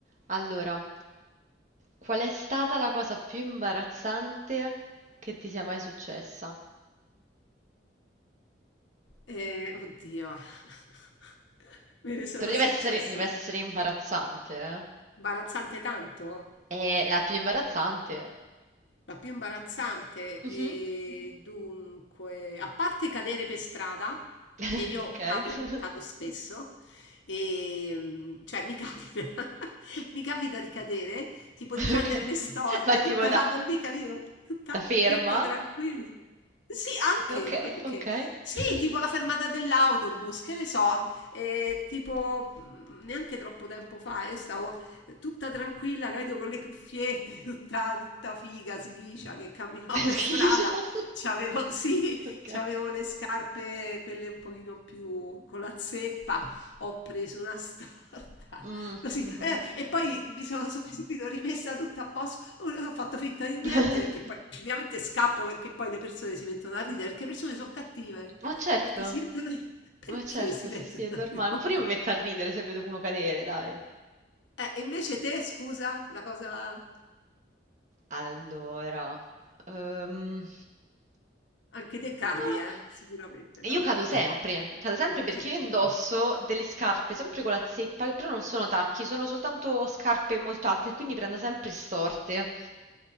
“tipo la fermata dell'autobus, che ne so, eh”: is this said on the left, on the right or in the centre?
Left